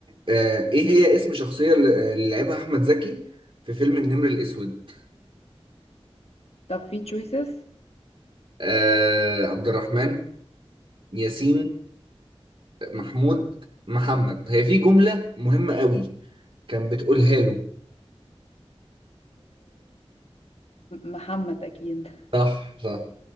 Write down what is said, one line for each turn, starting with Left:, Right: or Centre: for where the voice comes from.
Right: آه ايه هي اسم شخصيه اللي آه، اللي لعبها احمد زكي في فيلم النمر الاسود
Left: طب في تشويسز
Right: آه عبد الرحمن ياسين محمود محمد هي في جملة مهمة قوي كان بتقولها له
Left: محمد اكيد
Right: صح صح